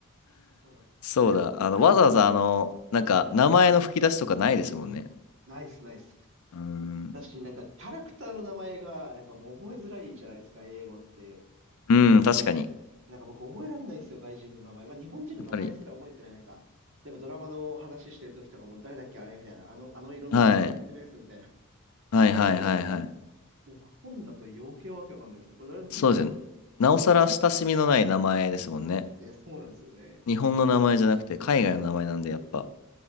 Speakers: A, on the right; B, on the left.
A: そうなんです。
B: そうだ、
A: 特にあの、
B: あの、
A: なんだろ
B: わざわざ、あの、なんか、
A: う。はい
B: 名前の吹き出しとかないですもんね。
A: ナイスナイス。
B: うん、
A: だし、なんかキャラクターの名前が、なんかもう覚えづらいじゃないですか、英語って。
B: うん、確かに。
A: なんか僕覚えらんないんですよ、外人の名前。まあ日本人の名前すら覚えてない。
B: やっぱり、
A: なんか、例えばドラマの話してる時とかも誰だっけあれみたいな。あの、あの色の服の着てるやつみたいな。
B: はい、
A: <laughs>
B: はい、
A: になるのに、
B: はい、はい、はい。
A: もう本だと余計わけわかんないですね。これ誰だっけみたいな。
B: そうですよね。なおさら親しみのない名前ですもんね。
A: え、そうなんですよね。
B: 日本の名前じゃなくて、海外の名前なんで、やっぱ。